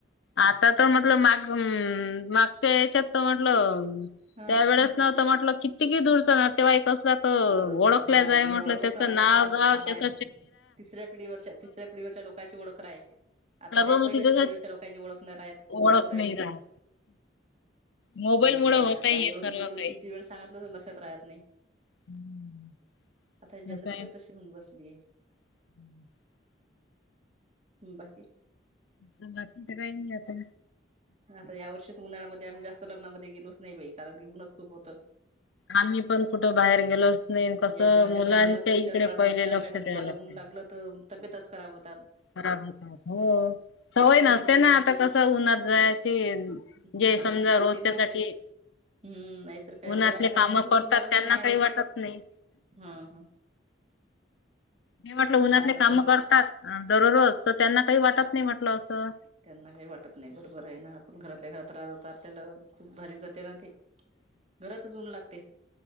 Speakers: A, on the left; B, on the right.
A: आता त म्हटल माग <unintelligible> मागच्या याच्यात म्हटलं
B: ह
A: त्यावेेळेस ना, आता म्हटलं किती कि दूरचं नातेवाईक अस ओळखल्या
B: अ हा
A: जाई
B: तेव्हा
A: म्हटलं,
B: ओळखर
A: त्याच
B: आहे
A: नाव
B: कोणाचा
A: गाव
B: कोण
A: त्याच
B: आहे तिसऱ्या पिढीवरच्या, तिसऱ्या पिढीवरच्या लोकांची ओळख <unintelligible> आता
A: सर्व
B: त्या,
A: मग
B: पहिल्याच
A: तिथे
B: पिढीवरच्या लोकांची ओळख नाही रहात,
A: ओळख
B: बरोबर आहे
A: नाही
B: ना?
A: राहत. मोबाईल
B: बरोबर
A: मुळ होतय
B: आहे, आता
A: हे
B: ओळख
A: सर्व
B: दोन
A: काही
B: दोन, तीन तीन, वेळा सांगितलं तर लक्षात राहत नाही.
A: <inaudible>
B: आता ही जनरेशन
A: असं आहे
B: तशी होऊन बसलीये.
A: <inaudible>
B: बाकी
A: <unintelligible> काही <unintelligible> आता
B: आता या ह्या वर्षी उन्हाळ्यामध्ये आम्ही जास्त लग्नामध्ये गेलोच नाही बाई, कारण की उनच खूप होतं.
A: आम्ही पण कुठं बाहेर गेलो
B: हम्म
A: नाही कस,
B: जेवणाच्या
A: मुलांच्या
B: नाही मुलाचा
A: इकडे
B: विचार करावा
A: पहिले
B: लागता
A: लक्ष
B: नाही तर
A: द्यायला
B: मुलाला
A: लागते.
B: ऊन लागलं तर तब्येतच खराब होतात.
A: खराब, हो सवय
B: त्याच्यात
A: नसते
B: उन्हाळ्यात
A: ना, आता कसं उन्हात जायची.
B: हम्म
A: जे
B: भीतीच
A: समजा
B: वाटते
A: रोजच्यासाठी
B: ना हम्म नाहीतर काय
A: उन्हातले
B: घरामध्ये
A: काम
B: राहून पण
A: करतात,
B: ऊन लागत
A: त्यांना
B: होतं ना या
A: काही
B: वर्षी
A: वाटत नाही.
B: हा हा.
A: मी म्हटलं उन्हातले
B: ना आता
A: काम
B: तर
A: करतात, दररोज, तर त्यांना काही वाटत नाही म्हटलं असं.
B: त्यांना काही वाटत नाही, बरोबर आहे ना. आपण घरातल्या घरात राहतो, आपल्याला खूप भारी जाते ना ते. घरातच ऊन लागते